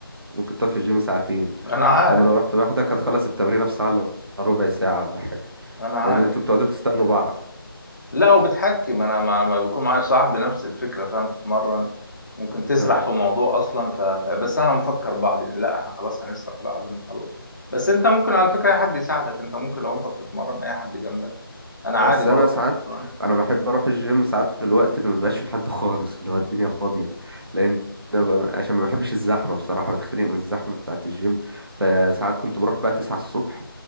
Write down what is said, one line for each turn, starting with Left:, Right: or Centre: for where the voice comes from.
Right: ممكن تقعد في الجيم ساعتين
Left: انا عارف
Right: اما لو رحت لوحدك هتخلص التمرين في ساعة الا ربع ساعة ولا حاجة
Left: انا عارف
Right: لان انتوا بتقعدوا تستنوا بعض
Left: لا وبتحكم انا ما ما بيكون معايا صاحبي نفس الفكره فاهم تتمرن ممكن تسرح
Right: آه.
Left: في موضوع اصلا ف... ف... بس انا مفكر بعض يعني لا احنا خلاص هنسرح بعد ما نخلص بس انت ممكن على فكره اي حد يساعدك انت ممكن لو انت بتتمرن اي حد جنبك انا
Right: بس
Left: عادي بروح
Right: انا ساعات
Left: اتمرن
Right: انا بحب اروح الجيم ساعات في الوقت اللي مبيبقاش في حد خالص اللي هو الدنيا فاضيه لان أنا ب- عشان ما بحبش الزحمه بصراحه بتخنق من الزحمه بتاعه الجيم فساعات كنت بروح بقى 9 الصبح